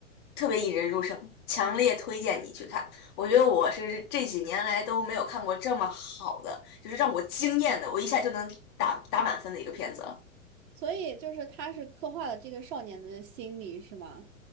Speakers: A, on the left; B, on the right.
A: 特别引人入胜，强烈推荐你去看。我觉得我是这几年来都没有看过这么好的，就是让我惊艳的，我一下就能打打满分的一个片子了。
B: 所以就是他是刻画了这个少年的心理，是吗？